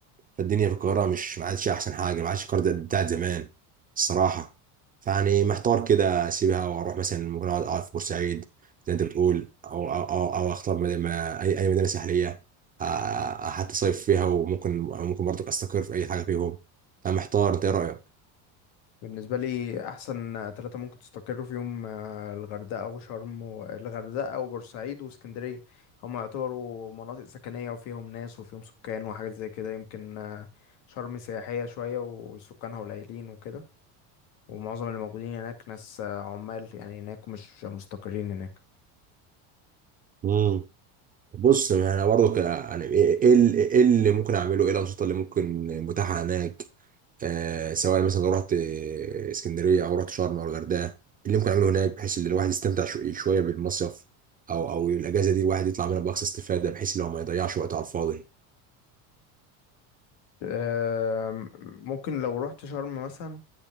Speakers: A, on the right (about 20°); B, on the left (about 65°).
A: فالدنيا في القاهره مش ما عادش احسن حاجه ما عادش القاهره بتاعت بتاعت زمان الصراحه فيعني محتار كده اسيبها واروح مثلا ممكن اقعد أقعد في بورسعيد زي انت بتقول او او او, أو اختار مدينة ما- اي اي مدينه ساحليه آه، آه، حتى صيف فيها وممكن ممكن برضك استقر في اي حاجه فيهم فمحتار انت ايه رايك؟
B: بالنسبه لي احسن ثلاثه ممكن تستقروا فيهم آه، الغردقه وشرم والغردقه وبورسعيد واسكندريه هم يعتبروا مناطق سكنيه وفيهم ناس وفيهم سكان وحاجات زي كده يمكن آه، شرم سياحيه شويه وسكانها قليلين وكده ومعظم اللي موجودين هناك ناس آه، عمال يعني هناك مش مستقرين هناك
A: مم. بص يعني انا برضه ك- يعني ايه إيه ال- إيه اللي ممكن اعمله ايه الانشطه اللي ممكن متاحه هناك آه سواء مثلا لو رحت آه، اسكندريه او رحت شرم او الغردقه إيه اللي ممكن اعمله هناك بحيث ان الواحد يستمتع شو- شويه بالمصيف او او الاجازه دي الواحد يطلع منها باقصى استفاده بحيث ان هو ما يضيعش وقته على الفاضي
B: آم، ممكن لو رحت شرم مثلا